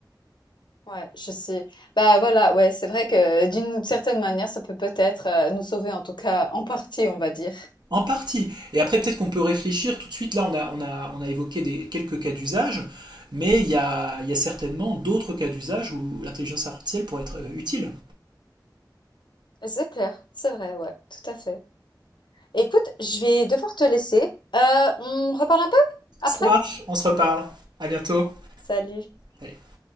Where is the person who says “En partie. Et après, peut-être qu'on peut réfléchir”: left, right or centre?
Right